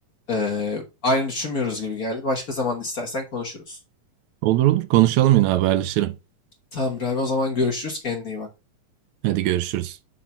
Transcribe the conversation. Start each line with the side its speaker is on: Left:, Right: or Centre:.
Left: e, aynı düşünmüyoruz gibi geldi. Başka zaman istersen konuşuruz.
Right: Olur olur konuşalım yine haberleşelim.
Left: Tamamdır abi o zaman görüşürüz. Kendine iyi bak.
Right: Hadi görüşürüz.